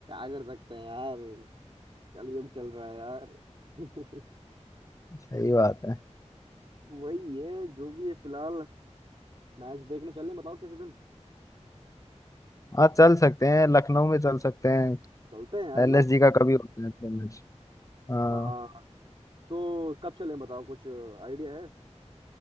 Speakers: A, on the right (about 45°); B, on the left (about 25°).
A: कर सकते हैं यार कलयुग चल रहा है यार <laughs>
B: सही बात है
A: वही है जो भी है फिलहाल मैच देखने चलें बताओ किसी दिन
B: हाँ चल सकते हैं लखनऊ में चल सकते हैं
A: चलते हैं यार ना
B: एलएसजी का कभी होता है तो मैच हाँ
A: हाँ तो कब चलें बताओ कुछ आइडिया है